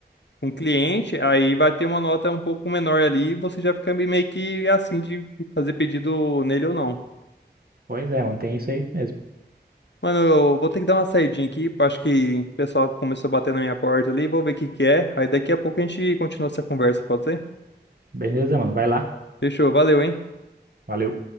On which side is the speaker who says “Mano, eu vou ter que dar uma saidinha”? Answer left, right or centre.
Left